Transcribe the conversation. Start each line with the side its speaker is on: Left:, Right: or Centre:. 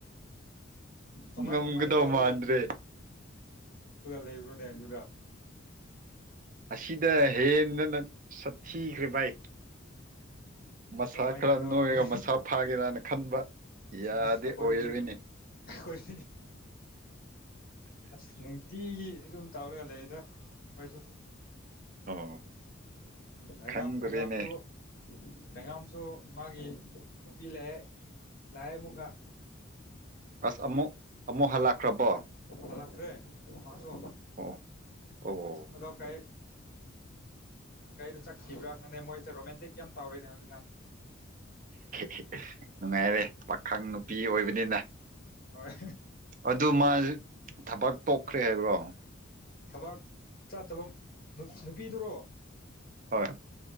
Left: ꯀꯃꯥꯏ
Right: ꯉꯝꯒꯗꯧ
Left: ꯀꯃꯥꯏ ꯇꯧꯔꯒ
Right: ꯃꯥꯟꯗ꯭ꯔꯦ
Left: ꯏꯕ꯭ꯔꯅꯦ ꯑꯗꯨꯗꯨꯗꯥ
Right: ꯑꯁꯤꯗ ꯍꯦꯟꯅꯅ ꯆꯠ ꯀꯤꯈ꯭ꯔꯦ ꯚꯥꯏ ꯃꯁꯥ
Left: ꯑꯗꯨꯃꯥꯏꯅ
Right: ꯈꯔ
Left: ꯇꯧꯔꯝꯒꯅꯤ
Right: ꯅꯣꯏꯔꯒ ꯃꯁꯥ ꯐꯥꯒꯦꯔꯥꯅ ꯈꯟꯕ ꯌꯥꯗꯦ
Left: ꯑꯁ ꯑꯩꯈꯣꯏꯗꯤ
Right: ꯑꯣꯏꯔꯣꯏꯅꯦ
Left: ꯑꯩꯈꯣꯏꯗꯤ ꯑꯁ ꯅꯨꯡꯇꯤ ꯑꯗꯨꯝ ꯇꯧꯔꯒ ꯂꯩꯗ ꯃꯣꯏꯁꯨ
Right: ꯑꯣ
Left: ꯔꯦꯉꯝ
Right: ꯈꯪꯗ꯭ꯔꯦꯅꯦ
Left: ꯔꯦꯉꯝꯁꯨ ꯂꯩꯉꯝꯁꯨ ꯃꯥꯒꯤ ꯅꯨꯄꯤ ꯂꯩ ꯂꯌꯦꯃꯒ
Right: ꯑꯁ ꯑꯃꯨ ꯑ ꯑꯃꯨ ꯍꯜꯂꯀ ꯀ꯭ꯔꯕ
Left: ꯐꯂꯥꯛ꯭ꯔꯦ ꯄꯆꯣ
Right: ꯑꯣ ꯑꯣ
Left: ꯑꯗꯣ ꯀꯩ ꯀꯩꯗ ꯆꯠꯈꯤꯕ꯭ꯔꯥ ꯈꯪꯗꯦ ꯃꯣꯏꯁꯦ ꯔꯣꯃꯦꯟꯇꯤꯛ ꯌꯥꯝ ꯇꯧꯔꯤꯅꯦ ꯍꯧꯖꯤꯛꯀꯥꯟꯁꯦ
Right: <inaudible> ꯅꯨꯡꯉꯥꯏꯔꯦ ꯄꯥꯈꯪ ꯅꯨꯄꯤ ꯑꯣꯏꯕꯅꯤꯅ
Left: ꯍꯣꯏ
Right: ꯑꯗꯨ ꯃꯥꯁꯨ ꯊꯕꯛ ꯇꯣꯛꯈ꯭ꯔꯦ ꯍꯥꯏꯕ꯭ꯔꯣ
Left: ꯊꯕꯥꯛ ꯆꯠꯇꯕ ꯅꯨꯄꯤꯗꯨꯔꯣ
Right: ꯍꯣꯏ